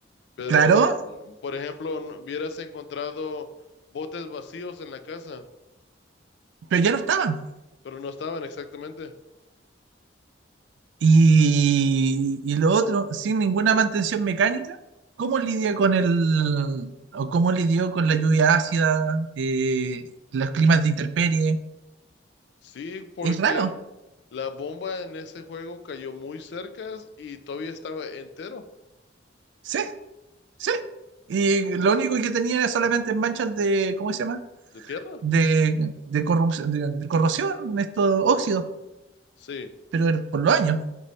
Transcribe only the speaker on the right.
Claro,
pero ya no estaban.
Y, y lo otro, sin ninguna mantención mecánica, ¿cómo lidia con el... o cómo lidió con la lluvia ácida, eh, los climas de intemperie?
Es raro.
Sí, Sí. Y lo único que tenía era solamente manchas de, ¿cómo se llama?
De, de corrupción, de, de corrosión, estos óxidos,
pero el- por los años.